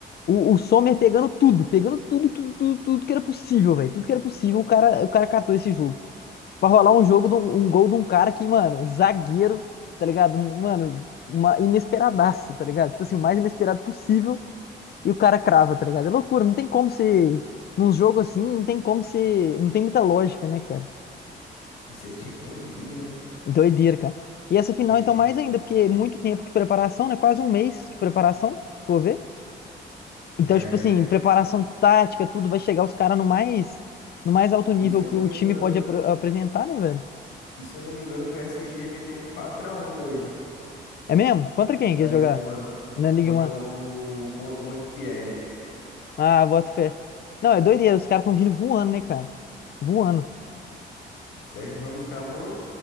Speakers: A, on the left (about 55°); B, on the left (about 90°).
A: O, o Sommer pegando tudo, pegando tudo, tudo, tudo, tudo que era possível, velho. Tudo que era possível, o cara, o cara catou esse jogo. pra rolar um jogo, de um um gol de um cara que, mano, zagueiro, tá ligado? Mano, uma inesperadaço, tá ligado? Tipo assim, o mais inesperado possível e o cara crava, tá ligado? É loucura, não tem como ser. Num jogo assim, não tem como ser. Não tem muita lógica, né, cara?
B: isso é Champions League, né?
A: Doideira, cara. E essa final,
B: Champions
A: então, mais ainda,
B: League
A: porque é muito tempo de preparação, né? Quase um mês de preparação, se for ver. Então,
B: já
A: tipo
B: é.
A: assim, preparação tática, tudo vai chegar os caras no mais, no mais alto nível
B: E se eu
A: que
B: não
A: o
B: me
A: time
B: engano,
A: pode apr- apresentar, né, velho?
B: e se eu não me engano, o PSG meteu quatro a um hoje
A: É mesmo? Contra quem
B: na
A: que eles
B: Liga
A: jogaram?
B: 1
A: Na Liga
B: contra
A: um
B: o Mon- Montpellier.
A: Ah, bota fé. Não, é doideira, os caras estão vindo voando, né, cara? Voando.
B: Sérgio Ramos cravou